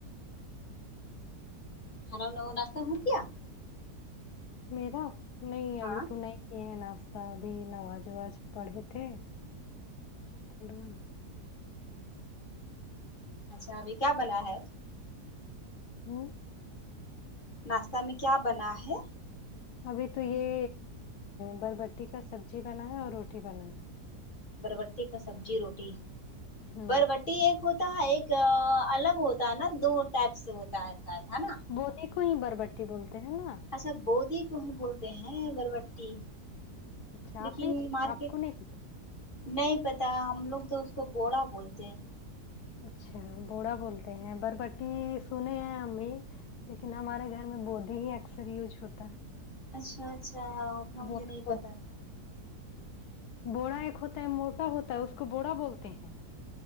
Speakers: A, on the left; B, on the left.
A: کھانا وانا اور ناشتا ہوں گیا
B: میرا نہیں
A: ہاں
B: ابھی تو نہیں یہ ناشتہ ابھی نماز وواز پڑھے تھے تھوڑا
A: اچھا ابھی کیا بنا ہے
B: ہوں
A: ناشتہ میں کیا بنا ہے
B: ابھی تو یہ بربٹی کا سبزی بنا ہے اور روٹی بنا ہے
A: بربٹی کا سبزی روٹی
B: ہوں
A: بربٹی ایک ہو ہوتا ایک الگ ہوتا ہے نا دو ٹائپ سے ہوتا ہے شاید ہے نا
B: بودی کو ہی بربٹی بولتے ہیں نا
A: اچھا بودی کو ہی بولتے ہیں بربٹی
B: اچھا
A: لیکن
B: آپ نہیں
A: مارکیٹ
B: آپ کو نہیں
A: نہیں پتا ہم لوگ تو اس کو بوڈھا بولتے ہیں
B: اچھا بوڑا بولتے ہیں بربٹی سنے ہیں ہم بھی لیکن ہمارے گھر میں بودی ہی اکثر یوج ہوتا ہے
A: اچھا اچھا اتنا مجھے
B: بوڑا
A: نہیں پتا تھا
B: بوڑا ایک ہوتا ہے موٹا ہوتا ہے اس کو بوڑا بولتے ہیں